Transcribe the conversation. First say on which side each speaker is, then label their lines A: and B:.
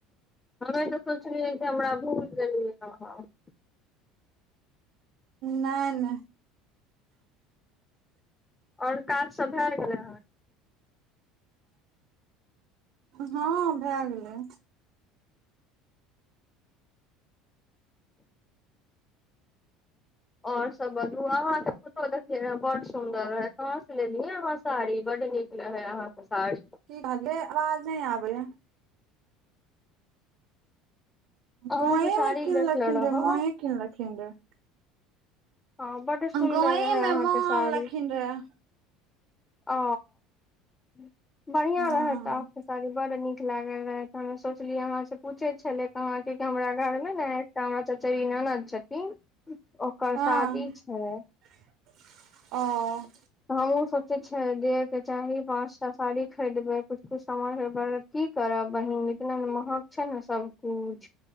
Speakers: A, on the left; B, on the right.
A: <unintelligible>
B: नहि नहि
A: आओर काज सब भए गेलै हन?
B: हँ भए गेलै।
A: और सब बाजू अहां के फोटो देखले रहव बड सुंदर रहे कहां से लेलीयै अहा साड़ी बड नीक रहै अहाँके सारी।
B: कि कहलियै आवाज नहि आबैया।
A: अहाँ
B: गांवमे
A: के साड़ी
B: किनलखिन
A: देखले रहौ
B: र मांये किनलखिन रहै।
A: हँ बड सुंदर
B: गांव
A: रहे अहाँके
B: मे मां
A: साड़ी
B: अनलखिन रहै
A: ओ <unintelligible> बढ़ियां
B: हँ
A: रहत अहाँके साड़ी बड़ नीक लागल रहे हमे सोचलियै अहा से पूछे छले कहाँ के कि हमरा घर मे एकटा हमर चचेरी ननद छथिन ओकर
B: हँ
A: शादी छै
B: <unintelligible> ओ
A: ह उसब छै दिए के क चाही पाँच टा साड़ी खरीदबै कछु कुछ सामानके की करब बहिन इतना ने महग छै ने सबकुछ